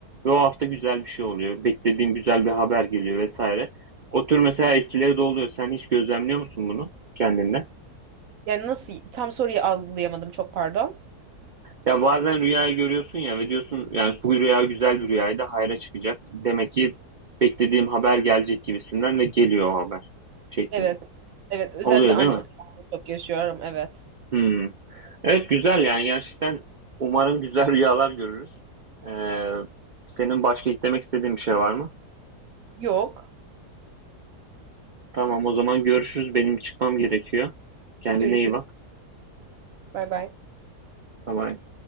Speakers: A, on the right (about 80°); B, on the right (about 65°).
A: Ve o hafta güzel bir şey oluyor. Beklediğim güzel bir haber geliyor vesaire. O tür mesela etkileri de oluyor. Sen hiç gözlemliyor musun bunu kendinde?
B: Yani nasıl tam soruyu algılayamadım çok pardon.
A: Ya bazen rüyayı görüyorsun ya ve diyorsun yani bu rüya güzel bir rüyaydı, hayra çıkacak. Demek ki beklediğim haber gelecek gibisinden ve geliyor o haber şeklinde.
B: Evet. Evet özellikle
A: Oluyor
B: annemle
A: değil mi?
B: çok yaşıyorum evet.
A: Hmm. Evet güzel yani gerçekten umarım güzel <laughs> rüyalar görürüz. Ee, senin başka eklemek istediğin bir şey var mı?
B: Yok.
A: Tamam o zaman görüşürüz. Benim çıkmam gerekiyor. Kendine
B: Görüşürüz.
A: iyi bak.
B: Bay bay.
A: Bye bye.